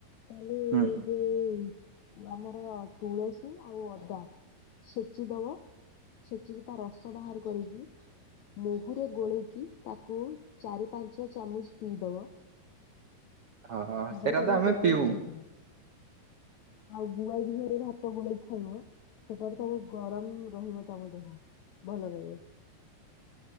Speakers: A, on the left (about 80°); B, on the right (about 70°).
A: ତାହେଲେ
B: ହଁ।
A: ଯୋଉ ଆମର ତୁଳସୀ ଆଉ ଅଦା ଦବ। ଛେଚିକି ତାରସ ବାହାର କରି କି ମହୁରେ ଗୋଳେଇକି ତାକୁ ଚାରି ପାଞ୍ଚ ଚାମଚ ପିଇଦବ ।
B: ହଁ
A: ତାପରେ
B: ସେଇଟା
A: ତମ
B: ତ ଆମେ
A: ଜର
B: ପିଉ
A: ଭଲ ହେଇଯିବ । ଆଉ ଗୁଆ ଘିଅ ରେ ଭାତ ଗୋଳେଇକି ଖାଇବ । ସେଟା ବି ତବୁ ଗରମ ରହିବ ତମ ଦେହ ଭଲ ରହିବେ ।